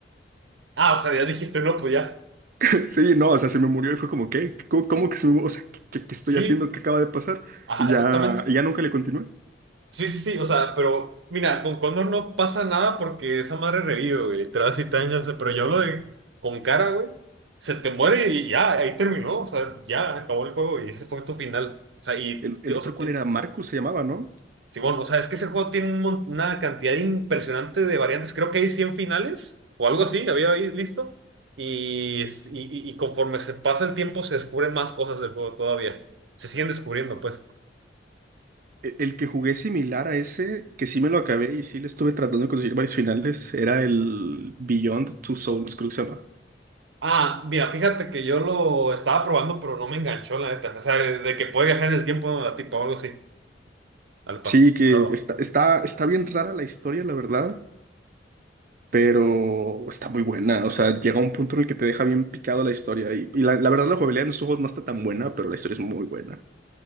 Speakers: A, on the right (about 85°); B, on the right (about 50°).
A: Ah, o sea, ya dijiste, no, pues ya.
B: <laughs> Sí, no, o sea, se me murió y fue como, ¿qué? ¿Cómo, cómo que se me murió? O sea, ¿qué, qué- qué estoy
A: Sí,
B: haciendo? ¿Qué acaba de pasar?
A: ajá,
B: Y ya,
A: exactamente.
B: y ya nunca le continué.
A: Sí, sí, sí, o sea, pero mira, con Condor no pasa nada porque esa madre revive, güey. Literal, así tan ya, o sea, pero yo hablo de con cara, güey. Se te muere y ya, ahí terminó, o sea, ya acabó el juego y ese fue tu final. O sea, y,
B: El, el
A: te- o
B: otro,
A: sea,
B: ¿cuál
A: te-
B: era? Marcus se llamaba, ¿no?
A: sí, bueno, o sea, es que ese juego tiene un mon- una cantidad impresionante de variantes. Creo que hay 100 finales o algo así, había ahí listo. Y, es- y, y y conforme se pasa el tiempo, se descubren más cosas del juego todavía. Se siguen descubriendo, pues.
B: E- El que jugué similar a ese, que sí me lo acabé y sí le estuve tratando de conseguir varios finales, era el Beyond Two Souls, creo que se llama.
A: Ah, mira, fíjate que yo lo estaba probando, pero no me enganchó, la neta. O sea, de, de que puede viajar en el tiempo, ¿no? la tipo, algo así, al pasado.
B: Sí, que está, está, está bien rara la historia, la verdad, pero está muy buena. O sea, llega un punto en el que te deja bien picado la historia. Y, y la, la verdad, la jugabilidad en los juegos no está tan buena, pero la historia es muy buena.